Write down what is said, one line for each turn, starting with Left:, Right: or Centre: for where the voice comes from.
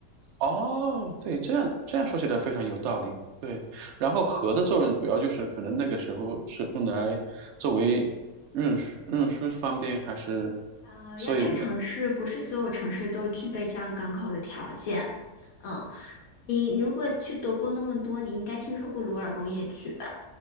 Right: 哦，对，这样这样说起来非常有道理。对，然后核的作用主要就是可能那个时候是用来作为运输运输方便，还是
Left: 呃，
Right: 所以没，
Left: 要看城市，不是所有城市都具备这样港口的条件。嗯，你你如果去德国那么多，你应该听说过鲁尔工业区吧？